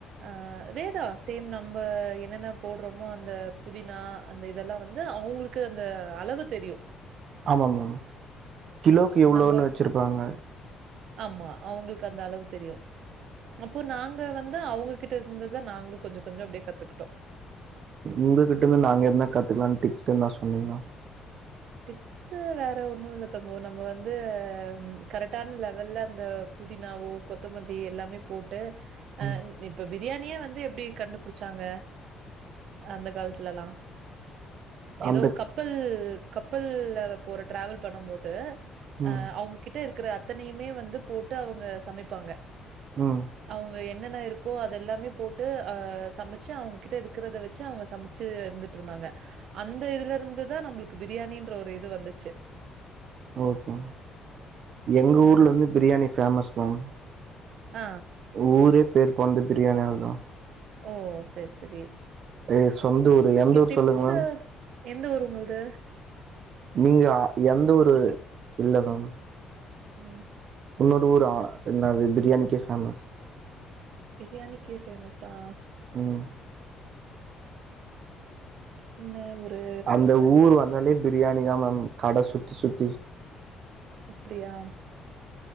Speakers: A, on the right; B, on the right.
A: அ அதேதா சேம் நம்ம என்னென்ன போட்றோமோ அந்த புதினா அந்த இதெல்லா வந்து அவுங்குளுக்கு ந்த அளவு தெரியு
B: ஆமா மேம் கிலோக்கு எவ்ளோன்னு
A: நம்ப
B: வச்சுருப்பாங்க
A: ஆமா அவுங்குள்க்கு அந்த அளவு தெரியு அப்போ நாங்க வந்து அவுங்க கிட்ட இருந்துதா நாங்ளு கொஞ்ச கொஞ்ச அப்டே கத்துக்ட்டோ
B: உங்ககிட்ட இருந்து நாங்க எத்னா கத்துக்கலான் டிப்ஸ் எத்னா சொன்னீங்ன்னா
A: டிப்ஸூ வேற ஒன்னு ல்ல தங்கோ நம்ம வந்து கரெக்டான் லெவல்ல அந்த புதினாவோ கொத்தமல்லி எல்லாமே போட்டு அன்
B: ம்
A: ப்ப பிரியாணியே வந்து எப்டி கண்டுபுடிச்சாங்க அந்த காலத்துலல்லா ஏதோ
B: அந்த
A: கப்பல், கப்பல்ல போற ட்ராவல் பண்ணும்போது
B: ம்
A: அ அவுங்ககிட்ட இருக்குற, அத்தனையுமே வந்து போட்டு அவுங்க சமைப்பாங்க.
B: ம்
A: அவுங்க எ என்னென்ன இருக்கோ அதெல்லாமே போட்டு அ சமைச்சு அவங்ககிட்ட இருக்கிறத வெச்சு அவுங்க சமைச்சு இருந்துட்ருந்தாங்க அந்த இதுல இருந்துதா நம்புளுக்கு பிரியாணின்ற ஒரு இது வந்துச்சு.
B: ஓஹோ எங்க
A: அ
B: ஊர்ல ந்து பிரியாணி ஃபேமஸ் மேம்
A: அ
B: ஊரே பேர் போனது பிரியாணி ஆல் தா
A: ஓ சேர் செரி
B: ஏ சொந்த ஊரு
A: இங்க
B: எந்த ஊர்
A: டிப்ஸ்
B: சொல்லுங்க மேம்
A: எந்த ஊர் உங்குள்து
B: நீங்க அ எந்த ஊரு இல்ல மேம்.
A: ம்
B: உன்னோட ஊரா என்னாது பிரியாணிக்கு ஃபேமஸ்.
A: பிரியாணிக்கு ஃபேமஸா
B: ம்
A: என்ன ஊரு
B: அந்த ஊர் வந்தாலே பிரியாணி தா மம் கட சுத்தி சுத்தி
A: அப்டியா